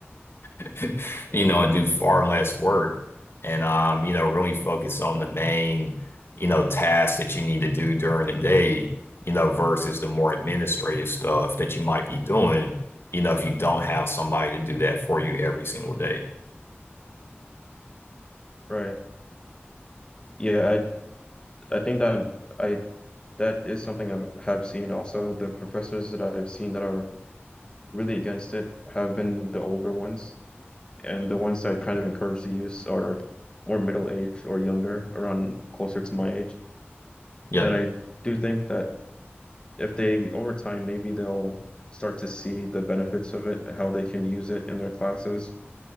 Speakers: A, on the left; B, on the left.
A: <laughs>
B: Yeah,
A: you know, and do far less work and um, you know, really focus on the main, you know, tasks that you need to do during the day, you know, versus the more administrative stuff that you might be doing, you know, if you don't have somebody to do that for you every single day.
B: right. Yeah, I I think that I that is something I have seen also. The professors that I've seen that are really against it have been the older ones. and the ones that kind of encourage the use are more middle aged or younger, around closer to my age.
A: Yep.
B: And I do think that if they, over time, maybe they'll start to see the benefits of it, how they can use it in their classes,